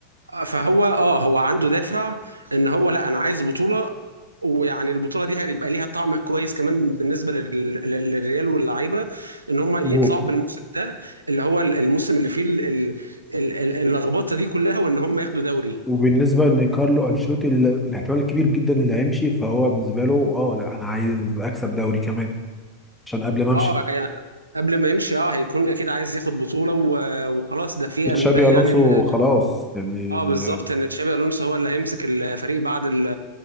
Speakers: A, on the right; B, in the centre.
A: فهو اه هو عنده دافع ان هو لا انا عايز بطوله ويعني البطوله دي هيبقى ليها طعم كويس كمان بالنسبه لل- لل- للريال واللعيبه ان هم يطلعوا
B: و-
A: بالموسم ده اللي هو الموسم اللي فيه ال- ال- اللخبطه دي كلها وان هم ياخدوا دوري
B: وبالنسبة ان كارلو انشيلوتي ال- الاحتمال الكبير جدا اللي هيمشي فهو بالنسبة له اه لا انا عايز اكسب دوري كمان عشان قبل ما امشي
A: اه يعني قبل ما يمشي اه هيكون اكيد عايز ياخد بطوله و- وخلاص ده في
B: تشابي
A: انباء
B: الونسو
A: يعني ان
B: خلاص يعني
A: اه بالظبط ان تشابي الونسو هو اللي هيمسك الفريق بعد ال-